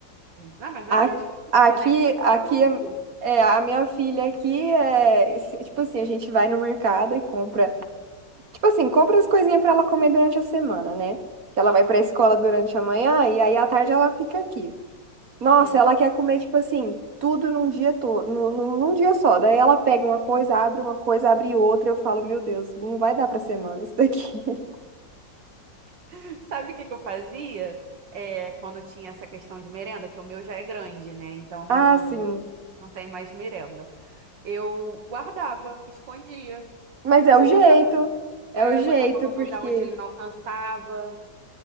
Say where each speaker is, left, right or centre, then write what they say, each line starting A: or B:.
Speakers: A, on the right (about 75°); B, on the right (about 50°).
A: Não, mas não
B: A-
A: é mais criança,
B: Aqui,
A: né? É quase um
B: aqui
A: adulto.
B: é, é, a minha filha aqui é se- tipo assim, a gente vai no mercado e compra, tipo assim, compra as coisinhas pra ela comer durante a semana, né? Que ela
A: Aham,
B: vai pra escola durante a manhã e aí à tarde ela fica aqui. Nossa,
A: sim.
B: ela quer comer tipo assim, tudo num dia todo, num, num num dia só. Daí ela pega uma coisa, abre uma coisa, abre outra, eu falo, meu Deus, não vai dar pra semana isso daqui. <laughs>
A: <laughs> Sabe o que que eu fazia? É, quando tinha essa questão de merenda, que o meu já é grande, né? Então não.
B: Ah, sim.
A: Não tem mais merenda. Eu guardava, escondia.
B: Mas é
A: Ou
B: o jeito.
A: botava,
B: É
A: é,
B: o jeito,
A: botava num
B: porque
A: lugar onde ele não alcançava.